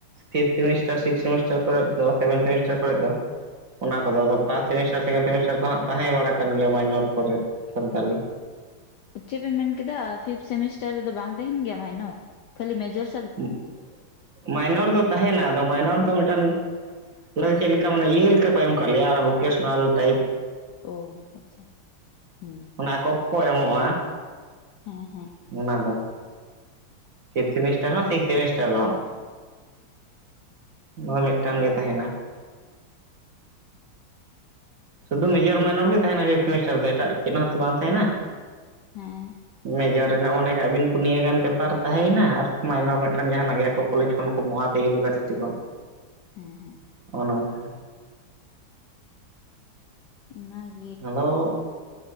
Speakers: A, on the right; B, on the left.
A: ᱯᱷᱤᱯᱷ ᱥᱮᱢᱤᱥᱴᱟᱨ ᱥᱤᱠᱥ ᱥᱮᱢᱤᱥᱴᱟᱨ ᱠᱚᱨᱮ ᱫᱚ ᱥᱮᱵᱷᱮᱱ ᱥᱮᱢᱤᱥᱴᱟᱨ ᱠᱚᱨᱮ ᱫᱚ ᱚᱱᱟ ᱠᱚᱫᱚ ᱟᱫᱚ ᱯᱷᱟᱥᱴ ᱥᱮᱢᱤᱥᱴᱟᱨ, ᱚᱱᱟ ᱠᱚᱫᱚ ᱟᱫᱚ ᱯᱟᱥ ᱥᱮᱢᱤᱥᱴᱟᱨ ᱥᱮᱠᱮᱱᱰ ᱥᱮᱢᱤᱥᱴᱟᱨ ᱠᱚ ᱦᱟᱸᱜ ᱛᱟᱦᱮᱸ ᱵᱟᱲᱟ ᱠᱟᱱ ᱜᱤᱭᱟ ᱢᱟᱭᱱᱚᱨ ᱠᱚᱨᱮᱫ ᱥᱟᱱᱛᱟᱞᱤ
B: ᱪᱮᱫ ᱵᱮᱱ ᱢᱮᱱᱠᱮᱫᱟ ᱯᱷᱤᱯ ᱥᱮᱢᱤᱥᱴᱟᱨ ᱨᱮᱫᱚ ᱵᱟᱝ ᱛᱟᱦᱮᱸᱱ ᱜᱮᱭᱟ ᱢᱟᱭᱱᱚᱨ ᱠᱷᱟᱹᱞᱤ ᱢᱮᱡᱚᱨᱥ
A: ᱩᱸ ᱢᱟᱭᱱᱚᱨ ᱫᱚ ᱛᱟᱦᱮᱱᱟ ᱟᱫᱚ ᱢᱟᱭᱱᱚᱨ ᱫᱚ ᱢᱤᱫᱴᱟᱱ ᱞᱟᱹᱭ ᱠᱮ ᱞᱮᱠᱟᱢ ᱢᱟᱱᱮ ᱤᱭᱟᱹ ᱞᱮᱠᱟ ᱠᱚ ᱮᱢ ᱠᱟᱜ ᱞᱮᱭᱟ ᱚᱱᱟ ᱵᱷᱚᱠᱮᱥᱱᱟᱞ ᱴᱟᱭᱤᱯ᱾
B: ᱳ ᱟᱪᱪᱷᱟ ᱦᱩᱸ
A: ᱚᱱᱟ ᱠᱚᱻᱠᱚ ᱮᱢᱚᱜᱼᱟ
B: ᱦᱮᱸᱻᱦᱮᱸ
A: ᱚᱱᱟ ᱫᱚ ᱯᱷᱤᱯ ᱥᱮᱢᱤᱥᱴᱟᱨ ᱦᱚᱸ ᱥᱤᱠᱥ ᱥᱮᱢᱤᱥᱴᱟᱨ ᱦᱚᱸᱼᱼ ᱱᱚᱭ ᱢᱤᱫᱴᱟᱝ ᱜᱮ ᱛᱟᱦᱮᱱᱟ᱾ ᱥᱩᱫᱷᱩ ᱢᱮᱡᱚᱨ ᱢᱟᱭᱱᱚᱨ ᱜᱮ ᱛᱟᱦᱮᱱᱟ ᱯᱷᱯ ᱥᱮᱢᱤᱥᱴᱟᱨ ᱫᱚ ᱮᱴᱟᱜ ᱪᱮᱫ ᱦᱚᱸᱛᱚ ᱵᱟᱝ ᱛᱟᱦᱮᱱᱟ᱾
B: ᱦᱮᱸ
A: ᱢᱮᱡᱚᱨ ᱨᱮᱱᱟᱜ ᱢᱚᱱᱮ ᱠᱟᱜ ᱵᱤᱱ ᱯᱩᱱᱭᱟᱹ ᱜᱟᱱ ᱯᱮᱯᱟᱨ ᱛᱟᱦᱮᱸᱭᱮᱱᱟ ᱟᱨ ᱢᱟᱭᱱᱚᱨ ᱢᱤᱫᱴᱟᱝ ᱡᱟᱦᱟᱱᱟᱜ ᱜᱮ ᱟᱠᱚ ᱠᱚᱞᱮᱡᱽ ᱠᱷᱚᱱ ᱠᱚ ᱢᱳᱭᱟ ᱥᱮ ᱤᱭᱩᱱᱤᱵᱷᱟᱨᱥᱤᱴᱤ ᱠᱷᱚᱱ <inaudible>
B: ᱦᱮᱸᱻ ᱦᱮᱸ
A: ᱚ ᱱᱚᱝᱠᱟ
B: ᱚ ᱱᱟᱹᱭ ᱤᱠ
A: ᱟᱫᱚ